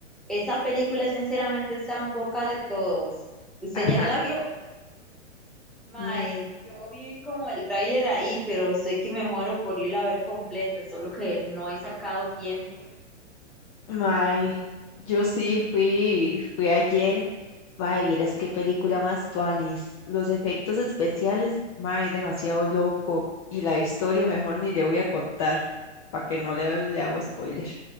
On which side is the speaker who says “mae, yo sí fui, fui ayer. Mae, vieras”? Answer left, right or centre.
Left